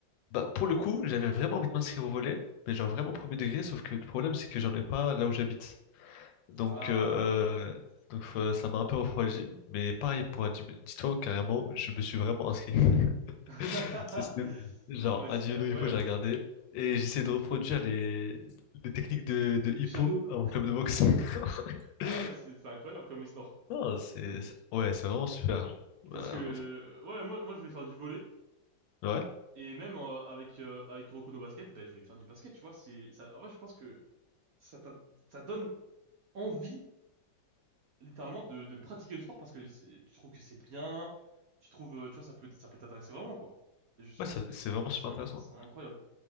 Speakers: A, on the left; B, on the right.
A: bah pour le coup, j'avais vraiment envie de m'inscrire au volet, mais genre vraiment premier degré, sauf que le problème c'est que j'en ai pas là où j'habite. Donc
B: Ah.
A: euh, donc euh, ça m'a un peu refroidi, mais pareil pour Hajime, dis-toi carrément, je me suis vraiment inscrit.
B: <laughs>
A: <laughs> C'est ce- Genre,
B: Ah, mais c'est
A: un no
B: incroyable.
A: hippo, j'ai regardé. Et j'essaie de reproduire les, les techniques de, de
B: Les
A: hippo
B: Shadows.
A: à mon club de boxe.
B: Ah
A: <laughs>
B: ouais, c'est c'est incroyable comme histoire.
A: Non, c'est, c'est- ouais, c'est vraiment super. Ouais,
B: Parce que
A: en
B: euh, ouais, moi moi je voulais faire du volley
A: ouais,
B: et même euh, avec euh, avec Kuroko no Basket, ben je voulais faire du basket, tu vois, c'est ça en vrai, je pense que ça t'a- ça donne envie littéralement de, de pratiquer le sport parce que c'est- tu trouves que c'est bien, tu trouves euh, tu vois ça peut ça peut t'intéresser vraiment quoi. Et Je,
A: ouais, ça-
B: je trouve que
A: c'est
B: c'est
A: vraiment super
B: c'est in-
A: intéressant.
B: c'est incroyable.